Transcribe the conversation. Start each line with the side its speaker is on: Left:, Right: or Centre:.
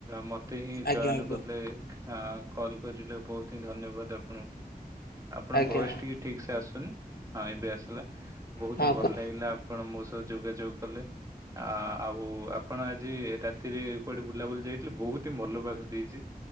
Right: ମ ତେ ହିଁ
Left: ଆଜ୍ଞା
Right: ଚୟନ
Left: ଆଜ୍ଞା
Right: କଲେ ହଁ କଲ୍ କରିଲେ ବହୁତିହିଁ ଧନ୍ୟବାଦ ଆପ୍ ଙ୍କୁ ଆପଣଙ୍କ
Left: ଆଜ୍ଞା
Right: ଭଏସ ଟିକେ ଠିକ ସେ ଆସୁନି। ହଁ ଏବେ ଆସିଲା। ବହୁତ
Left: ହଁ
Right: ହିଁ ଭଲ
Left: କୁ
Right: ଲାଗିଲା ଆପଣ ମୋ ଯୋଗାଯୋଗ କଲେ ଆ ଆଉ ଆପଣ ଆଜି ରାତିରେ କୁଆଡେ ବୁଲାବୁଲି ଯାଇଥିଲେ ବହୁତ ବହୁତି ମଲ ପାଗ ଦେଇଛି